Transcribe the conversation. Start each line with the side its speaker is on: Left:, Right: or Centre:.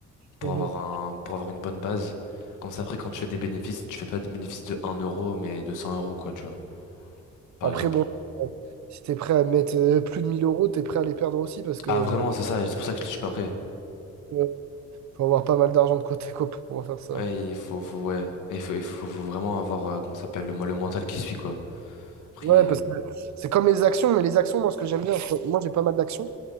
Left: pour
Right: Bon.
Left: avoir un pour avoir une bonne base comme ça après quand tu fais des bénéfices tu fais pas des bénéfices de un euro mais de cent euros quoi tu vois par
Right: Après,
Left: exemple
Right: bon, euh, si t'es prêt à mettre euh, plus de 1000 euros, t'es prêt à les perdre aussi, parce que.
Left: ah vraiment c'est ça c'est pour ça que je suis pas prêt
Right: euh, faut avoir pas mal d'argent de côté, quoi, pour pouvoir faire ça.
Left: Ouais, il faut, faut, ouais. Il faut, il faut, faut vraiment avoir, euh, comment ça s'appelle, le, mo- le mental qui suit, quoi. Après,
Right: Ouais,
Left: euh,
Right: parce que c'est comme les actions, mais les actions, moi, ce que j'aime bien, c'est- moi, j'ai pas mal d'actions,